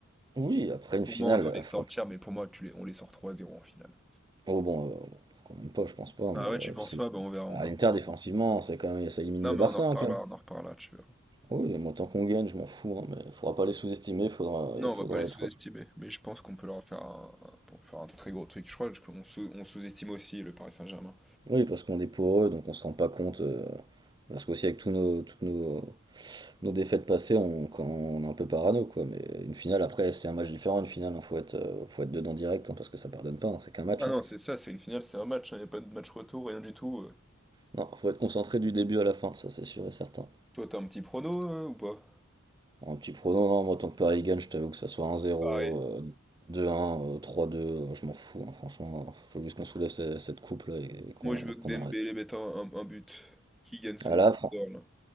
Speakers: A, on the right; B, in the centre.
A: oui, après une
B: Pour
A: finale,
B: moi, on doit
A: euh,
B: les sortir,
A: faut
B: mais pour moi, tu les, on les sort 3-0 en finale.
A: Oh bon, heu, quand même pas, je pense pas,
B: Ah
A: mais
B: ouais, tu
A: heu,
B: y penses
A: parce que
B: pas? Ben on verra, on
A: à
B: en
A: l'Inter
B: reparlera.
A: défensivement, c'est quand même ça élimine
B: Non,
A: le
B: mais
A: Barça,
B: on en reparlera,
A: hein, quand même.
B: on en reparlera, tu verras.
A: Oui, moi tant qu'on gagne, je m'en fous, hein, mais faudra pas les sous-estimer, faudra
B: Non,
A: il faudra
B: on va pas les sous-estimer,
A: être
B: mais je pense qu'on peut leur faire un, un- pour faire un très gros truc. Je crois qu'on sous, on sous-estime aussi le Paris Saint-Germain.
A: oui, parce qu'on est eux, donc on se rend pas compte, heu, parce qu'aussi avec tous nos toutes nos nos défaites passées, on quand on est un peu parano, quoi, mais une finale après, c'est un match différent, une finale, hein, faut être, heu, faut être dedans direct, hein, parce que ça pardonne pas, hein, c'est qu'un match,
B: Ah non,
A: hein.
B: c'est ça, c'est une finale, c'est un match, il n'y a pas de match retour, rien du tout. euh.
A: Non, faut être concentré du début à la fin, ça c'est sûr et certain.
B: Toi, t'as un petit prono, euh, ou pas?
A: En petit prono, non, moi, tant que Paris gagne, je t'avoue que ça soit 1-0,
B: Pareil.
A: euh, 2-1, euh, 3-2, euh, je m'en fous, hein, franchement. Il faut juste qu'on soulève ce- cette, coupe là et qu'on
B: Moi, je veux
A: et
B: que
A: qu'on
B: Dembélé
A: arrête.
B: mette un, un- un but. Qui gagne son
A: Ah là,
B: Ballon
A: fran-
B: d'Or, là.